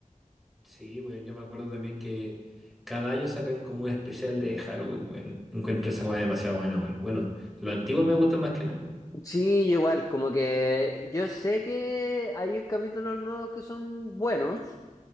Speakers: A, in the centre; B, on the left (about 25°).
A: Sí, weón, yo me acuerdo también que cada año sacan como un especial de Halloween, weón. Encuentro esa weá demasiado buena, weón. Bueno, los antiguos me gustan más que nada, weón.
B: Sí, yo igual, como que yo sé que hay capítulos nuevos que son buenos,